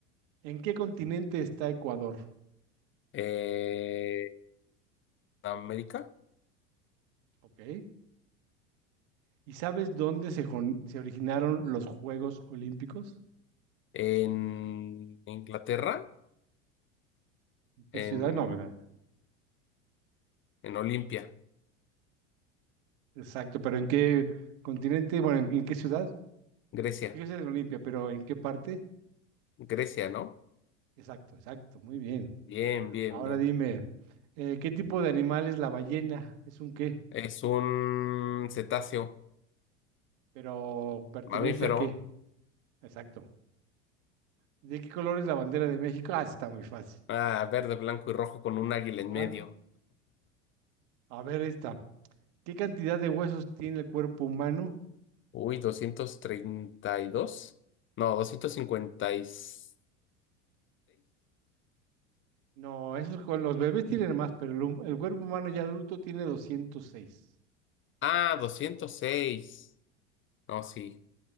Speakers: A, on the right; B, on the left.
A: ¿En qué continente está Ecuador?
B: Eh, ¿América?
A: ¿Ok? ¿Y sabes dónde se, con- se originaron los Juegos Olímpicos?
B: en Inglaterra,
A: ¿En qué
B: en,
A: ciudad? No, ¿verdad?
B: en Olimpia,
A: Exacto, pero ¿en qué continente? Bueno, ¿en, en qué ciudad?
B: Grecia,
A: Fíjese en Olimpia, pero ¿en qué parte?
B: Grecia, ¿no?
A: Exacto, exacto, muy bien.
B: Bien, bien,
A: Ahora
B: bien.
A: dime, eh, ¿qué tipo de animal es la ballena? ¿Es un qué?
B: Es un cetáceo,
A: Pero pertenece
B: mamífero,
A: a qué? Exacto. ¿De qué color es la bandera de México? Ah, está muy fácil.
B: ah, verde, blanco y rojo con un águila
A: Ajá.
B: en medio.
A: A ver esta. ¿Qué cantidad de huesos tiene el cuerpo humano?
B: Uy, doscientos treinta y dos, No, doscientos cincuenta y seis,
A: No, esos con los bebés tienen más, pero el, hum- el cuerpo humano ya adulto tiene 206.
B: Ah, doscientos seis, No, sí.